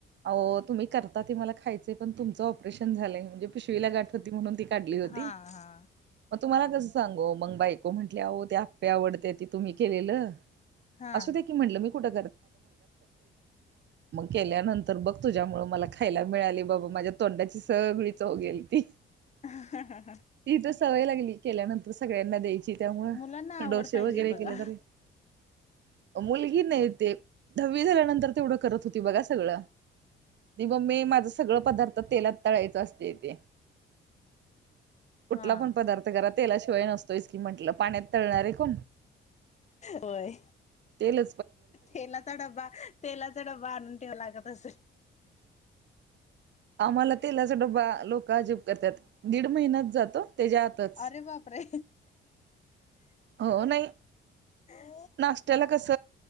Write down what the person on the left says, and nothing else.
हा हा
हा
ह ह ह.
मुलांना आवड
पाहिजे
बघा
हा
होय
तेलाचा डबा तेलाचा डबा आणून ठेव लागत असे.
अरे वापरे.
हम <unintelligible>